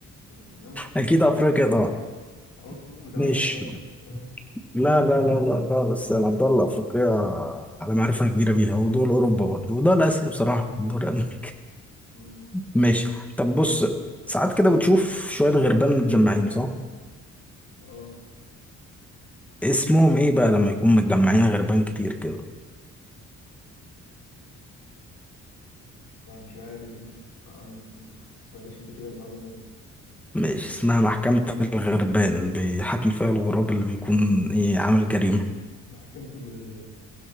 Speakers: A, on the left; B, in the centre.
A: أنا ممكن
B: اكيد افريقيا طبعا
A: انا قلت ممكن ما تعرفهاش
B: ماشي
A: بس ماشي
B: لا لا لا لا خالص انا مطلع افريقيا على معرفه كبيره بيها ودول اوروبا برضه ودول اسيا بصراحه ودول امريكا <laughs>
A: أمم،
B: ماشي طب بص ساعات كده بتشوف شويه غربان متجمعين صح
A: اه
B: اسمهم ايه بقى لما يكون متجمعين غربان كتير كده
A: لا مش عارف دي عن... أوف، ما سمعتهاش قبل كده المعلومة دي
B: ماشي
A: مرداش
B: اسمها محكمه الغربان بيحاكم فيها الغراب اللي
A: <clears throat>
B: بيكون
A: <laughs>
B: ايه عامل جريمه
A: محكمة الغربان